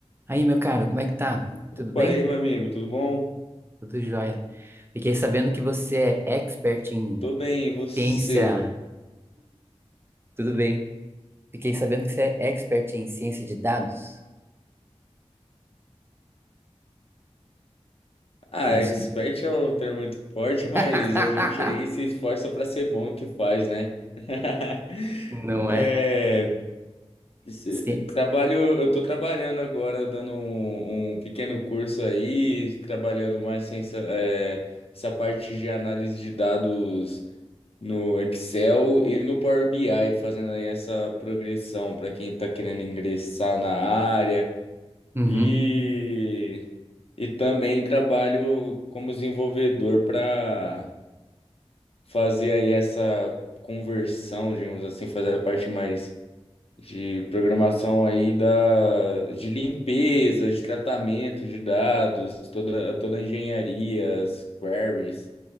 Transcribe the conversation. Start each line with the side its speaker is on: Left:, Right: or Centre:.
Right: Aí, meu caro, como é que tá?
Left: Opa,
Right: Tudo bem?
Left: e aí, meu amigo, tudo bom?
Right: Tudo jóia. Fiquei sabendo que você é expert em
Left: Tô bem, e você?
Right: ciência. Tudo bem. Fiquei sabendo que você é expert em ciência de dados.
Left: Ah,
Right: É isso?
Left: expert é um termo muito forte,
Right: <laughs>
Left: mas a gente aí se esforça pra ser bom no que faz, né? <laughs>
Right: Não
Left: É,
Right: é?
Left: se-
Right: Sim.
Left: trabalho, eu tô trabalhando agora, dando um, um pequeno curso aí, trabalhando mais sem essa, é, essa parte de análise de dados no Excel e no Power BI, fazendo aí essa progressão pra quem tá querendo ingressar na área.
Right: Uhum.
Left: E, e também trabalho como desenvolvedor para fazer aí essa conversão, digamos assim, fazer a parte mais de programação aí da, de limpeza, de tratamento de dados, toda, toda a engenharia, as queries.